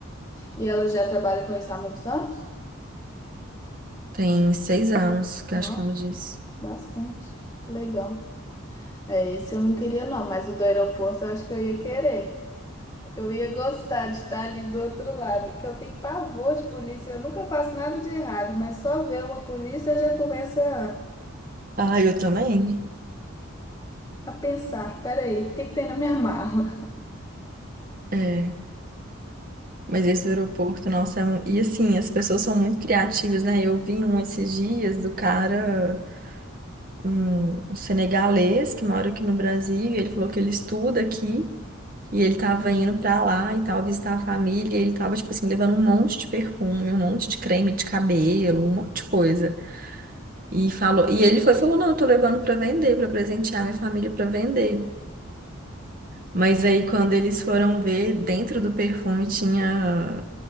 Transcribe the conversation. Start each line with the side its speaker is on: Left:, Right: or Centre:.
Left: E ela já trabalha com isso há muitos anos?
Right: Tem seis anos, que
Left: Não,
Right: eu acho que ela disse.
Left: bastante. Legal. É, esse eu não queria, não, mas o do aeroporto eu acho que eu ia querer. Eu ia gostar de estar ali do outro lado, que eu tenho pavor de polícia, eu nunca faço nada de errado, mas só ver uma polícia eu já começo a,
Right: Ah, eu também?
Left: a pensar: peraí, o que que tem na minha <laughs> mala?
Right: É, mas esse aeroporto, nossa, é um... E assim, as pessoas são muito criativas, né? Eu vi um esses dias do cara, um um senegalês que mora aqui no Brasil, e ele falou que ele estuda aqui, E ele tava indo pra lá e tal, visitar a família, e ele tava, tipo assim, levando um monte de perfume, um monte de creme de cabelo, um monte de coisa. E falou, e ele foi e falou: "Não, eu tô levando pra vender, pra presentear minha família pra vender". Mas aí quando eles foram ver, dentro do perfume tinha,